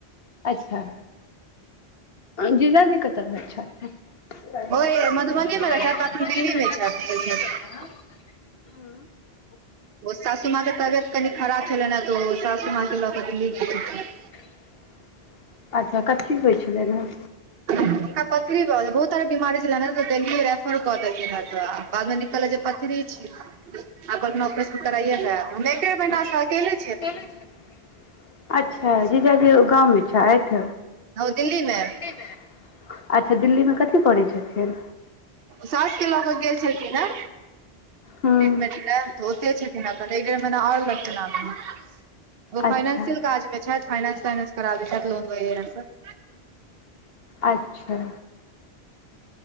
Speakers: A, on the left (about 65°); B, on the right (about 65°).
A: अच्छा आ जीजाजी कतऽ रहै छथी <unintelligible>
B: ओहि मधुबनी मे रहै छथि अखन दिल्ली मे छथि
A: हऽ
B: गेल छथि ओ सासू माँ के तबियत कनि खराब छलैह ने तऽ ओ सासु माँ के लऽ कऽ दिल्ली गेलखिन ह
A: <inaudible> अच्छा कथी होइ छ्लैन ह
B: हुनका पत्थरी भऽ गेलै बहुत सारा बीमारी छल देल्ही रेफर कऽ देलखिन तऽ बाद मे निकलले जे पथरी छी आब कहलखीन ऑपरेशन करइे के आयब हम एक महिना से अकेले छी
A: <unintelligible> अच्छा जीजा जी गाँव मे छैथ
B: ह दिल्ली मे
A: दिल्ली में अच्छा दिल्ली मे कथी करै छथिन
B: ओ सउस कऽ लऽ कऽ गेल छलखीन हे
A: हूँ
B: ट्रीटमेंट लै तऽ ओते छथिन अपन एक डेढ़ महिना और लगतै आबै में ओ फाइनेंशियल
A: अच्छा
B: काज में छथि फाइनेंस ताइनेंस कराबैत छथि लोन वगैरह सब
A: अच्छा